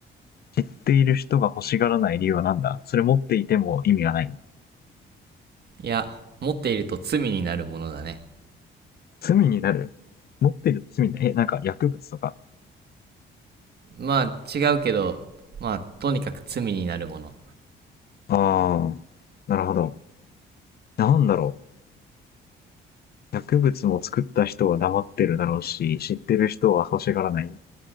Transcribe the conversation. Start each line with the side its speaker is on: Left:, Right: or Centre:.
Left: 知っている人が欲しがらない理由は何だそれ持っていても意味がない。
Right: いや、持っていると罪になるものだね。
Left: 罪になる持ってる罪になる。え、なんか薬物とか。
Right: まあ、違うけど、まあ、とにかく罪になるもの。
Left: ああ、なるほど。なんだろう。薬物も作った人は黙ってるだろうし、知ってる人は欲しがらない。